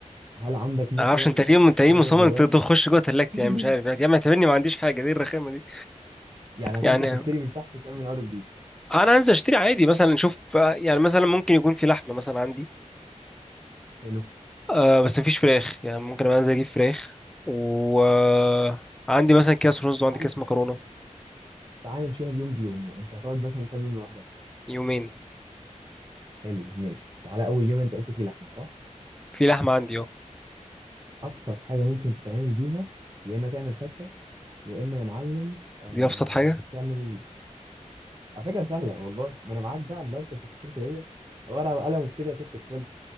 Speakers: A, on the right; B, in the centre.
A: هل عندك مثلا
B: انا معرفش انت ليه انت ليه
A: حاجه
B: مصمم
A: جواها
B: انت تخش جوه تلاجتي
A: <laughs>
B: يعني مش عارف يعني يا عم اعتبرني ما عنديش حاجه دي الرخامه دي
A: يعني هتنزل
B: يعني
A: تشتري من تحت وتعمل من اول جديد
B: انا انزل اشتري عادي مثلا اشوف يعني مثلا ممكن يكون في لحمه مثلا عندي
A: حلو
B: آه بس مفيش فراخ يعني ممكن أبقى انزل اجيب فراخ وعندي مثلا كاس رز وعندي
A: تعال
B: كاس مكرونه
A: تعال نمشيها اليوم بيوم وانت هتقعد مثلا كام يوم لوحدك
B: يومين
A: حلو ماشي تعالى اول يوم انت قلت فيه لحمه صح
B: في لحمه عندي اه
A: ابسط حاجه ممكن تتعمل بيها يا اما تعمل فته يا اما يا معلم آه
B: دي ابسط حاجه <laughs>
A: تعمل على فكره سهله والله ما انا معاك بقى الله انت مش اتصلت بيا ورقه وقلم وكتب يا ست الكل